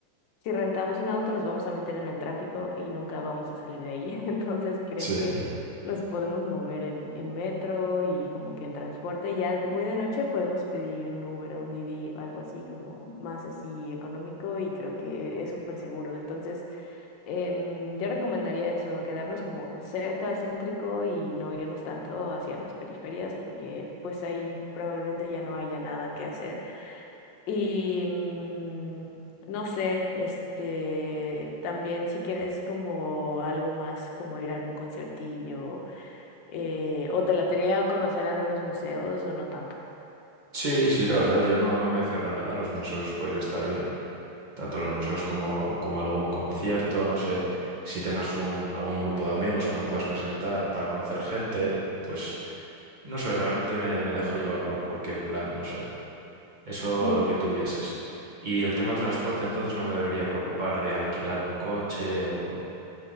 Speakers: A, on the left; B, on the right.
A: si rentamos un auto nos vamos a meter en el tráfico y nunca vamos a salir de ahí. <laughs> Entonces creo
B: sí.
A: que
B: <laughs>
A: nos podemos mover en, en metro y como que en transporte. Y Ya muy de noche podemos pedir un Uber o un Didi, algo así como más así económico y creo que es súper seguro. Entonces em, yo recomendaría eso, quedarnos como cerca, céntrico y no irnos tanto hacia las periferias porque pues ahí probablemente ya no haya nada que hacer. Y mm, no sé, este, también si quieres como algo más, como ir a algún conciertillo, eh, o te latería conocer algunos museos o no tanto.
B: Sí, sí, la verdad, yo no, no me cierro a nada. Los museos podría estar bien. Tanto los museos como, como algún concierto, no sé. Si tengas un, algún grupo de amigos que me puedas presentar para conocer gente, pues no sé, realmente me, me dejo llevar por cualquier plan, no sé. Eso
A: Sí,
B: lo que tuvieses. Y el tema transporte, entonces no me debería preocupar de alquilar un coche o...